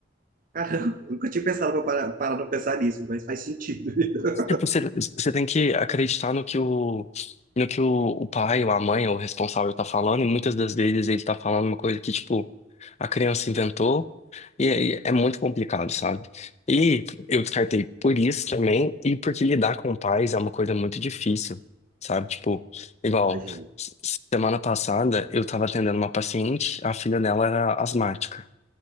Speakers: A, on the right (about 50°); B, on the left (about 35°).
A: Caramba, nunca tinha pensado para parar, parar pra pensar nisso, mas faz sentido. <laughs>
B: Tipo, você, você tem que acreditar no que o, no que o, o pai, ou a mãe, ou o responsável tá falando, e muitas das vezes ele tá falando uma coisa que, tipo, a criança inventou, e aí é muito complicado, sabe? E eu descartei por isso também, e porque lidar com pais é uma coisa muito difícil, sabe? Tipo, igual,
A: Imagina,
B: s- semana passada eu tava atendendo uma paciente, a filha dela era asmática.